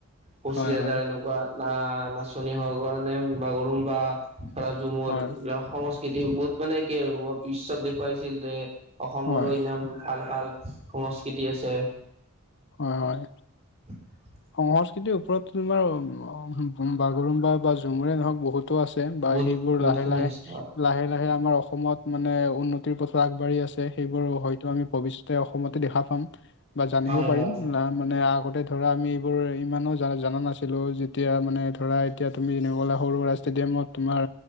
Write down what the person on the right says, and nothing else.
পচি
হাজাৰ
এনেকুৱা না নাচনী হোৱাৰ কাৰণে বাগৰুম্বা বা ঝুমুৰ
সংস্কৃতি বহুত মানে কি, বিশঈ্বক দেখুৱাইছিল যে অসমৰো
ইনাম ভাল-ভাল সংস্কৃতি আছে
<unintelligible>
বহুত
বহুত
খিনি
আছে
হয় হয়